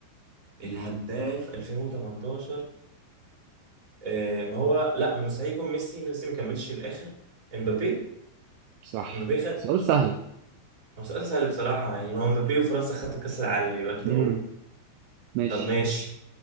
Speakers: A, on the right; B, on the right.
A: الهداف 2018 آه ما هو لا مستحيل يكون ميسي ميسي ما كملش الاخر امبابي
B: صح
A: امبابي خد
B: سؤال سهل
A: هو سؤال سهل بصراحة يعني ما هو امبابي وفرنسا خدت كأس العالم يبقى اكيد
B: امم
A: هو
B: ماشي
A: طب ماشي